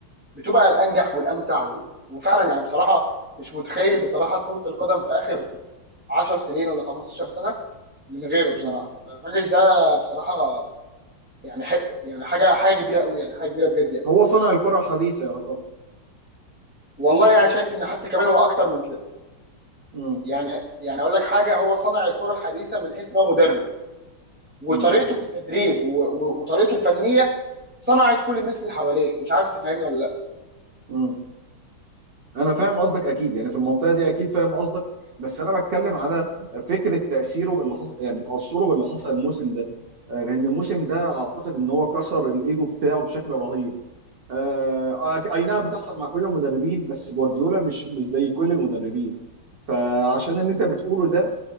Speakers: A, in the centre; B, on the right.
A: بتبقى الانجح والامتع و- وفعلا يعني بصراحه مش متخيل بصراحه كره القدم في اخر 10 سنين ولا 15 سنه من غيره
B: مم.
A: بصراحه فالراجل ده بصراحه يعني ح... يعني حاجه حاجه كبيره قوي يعني حاجه كبيره بجد يعني
B: هو صنع الكرة الحديثة يا طبعا
A: والله يعني شايف ان حتى كمان هو اكتر من كده
B: مم.
A: يعني يعني اقول لك حاجه هو صنع الكره الحديثه من حيث ان هو مدرب وطريقته
B: مم.
A: في التدريب و... و... وطريقته الفنيه صنعت كل الناس اللي حواليه مش عارف تفهمني ولا لا
B: مم. أنا فاهم قصدك أكيد يعني في المنطقة دي أكيد فاهم قصدك بس أنا بتكلم على فكرة تأثيره باللي حصل يعني تأثره باللي حصل الموسم ده آه، لأن الموسم ده أعتقد إن هو كسر الإيجو بتاعه بشكل رهيب آه، أي نعم بتحصل مع كل المدربين بس جوارديولا مش مش زي كل المدربين فعشان اللي أنت بتقوله ده